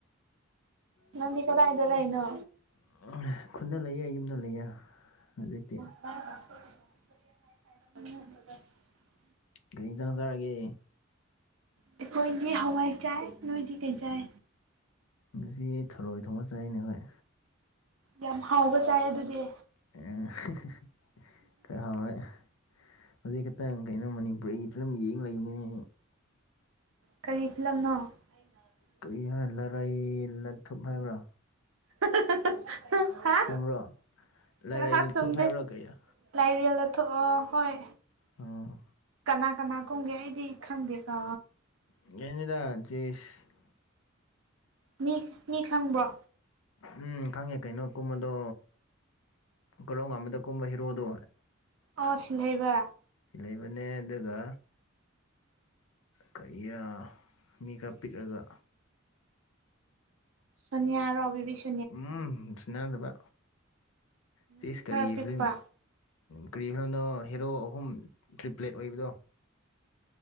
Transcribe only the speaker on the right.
ꯅꯪꯗꯤ ꯀꯗꯥꯢꯗ ꯂꯩꯅꯣ꯫
<unintelligible> ꯎꯝ
ꯑꯩꯈꯣꯏꯗꯤ ꯍꯋꯥꯏ ꯆꯥꯏ ꯅꯣꯏꯗꯤ ꯀꯩ ꯆꯥꯏ꯫
ꯌꯥꯝ ꯍꯥꯎꯕ ꯆꯥꯏ ꯑꯗꯨꯗꯤ꯫
ꯀꯔꯤ ꯐꯤꯂꯝꯅꯣ꯫ <unintelligible>
<unintelligible> ꯍꯥ
ꯉꯥꯏꯍꯥꯛ
ꯆꯨꯝꯗꯦ
ꯂꯥꯏꯔꯦꯜ ꯂꯥꯊꯨꯞ ꯑ ꯍꯣꯏ
ꯀꯅꯥ ꯀꯅꯥ ꯀꯨꯝꯒꯦ ꯑꯩꯗꯤ ꯈꯪꯗꯦ ꯀꯥ
ꯃꯤ ꯃꯤ ꯈꯪꯕ꯭ꯔꯣ
ꯑꯣ ꯁꯤꯜꯍꯩꯕ
ꯁꯣꯅꯤꯌꯥꯔ ꯕꯤꯚꯤꯁ
ꯃꯤ
ꯈꯔ ꯄꯤꯛꯄ